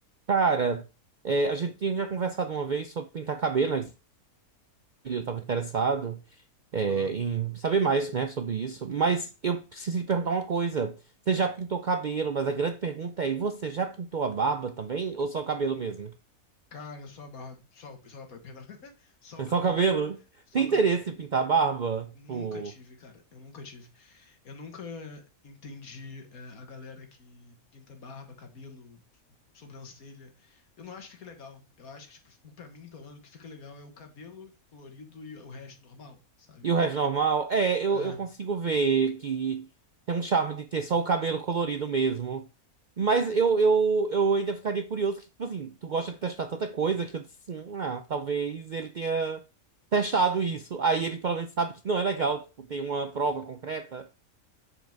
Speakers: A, on the right (about 80°); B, on the left (about 70°).
A: Cara, é, a gente tinha já conversado uma vez sobre pintar cabelo, né? Eu estava interessado, é,
B: Aham.
A: em saber mais, né, sobre isso. Mas eu preciso te perguntar uma coisa. Você já pintou cabelo, mas a grande pergunta é, e você já pintou a barba também? Ou só o cabelo mesmo?
B: Cara, só a barba. Só, o- só, o- perdão. <laughs> Só
A: É
B: o cabelo.
A: só o cabelo?
B: Só
A: Tem
B: o
A: interesse
B: cabelo.
A: em pintar a barba?
B: Nunca
A: Tipo,
B: tive, cara. Eu nunca tive. Eu nunca entendi é, a galera que pinta barba, cabelo, sobrancelha. Eu não acho que fica legal. Eu acho que, tipo, o- pra mim, pelo menos, o que fica legal é o cabelo colorido e o resto normal, sabe?
A: E o resto normal? É, eu,
B: É.
A: eu consigo ver que tem um charme de ter só o cabelo colorido mesmo. Mas eu, eu, eu ainda ficaria curioso que, tipo assim, tu gosta de testar tanta coisa que eu disse, assim, "Hum, ah, talvez ele tenha testado isso. Aí ele pelo menos sabe que não é legal, tipo, tem uma prova concreta.